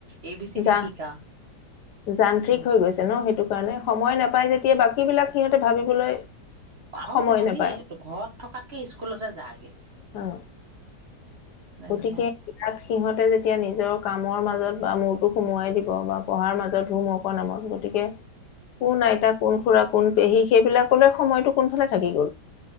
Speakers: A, on the right; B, on the left.
A: এ বি চি ডি
B: যা
A: শিকা
B: যান্ত্ৰিক
A: উম
B: হৈ গৈছে ন সেইটো কাৰণে সময় নাপাই যেতিয়া বাকী বিলাক সিহঁতে ভাবিবলৈ
A: আহ
B: সময়
A: তহঁতি
B: নাপায়
A: ঘৰত থকাতকে স্কুলতে যাগে
B: অ
A: যেনেকুৱা
B: গতিকে ইয়াত সিহঁতে যেতিয়া নিজৰ কামৰ মাজত বা মূৰটো সোমোৱাই দিব বা পঢ়াৰ মাজত ধো মকৰ নামত গতিকে কোন আইতা কোন খুৰা কোন পেহী সেইবিলাকলে সময়তটো কোনফালে থাকি গ'ল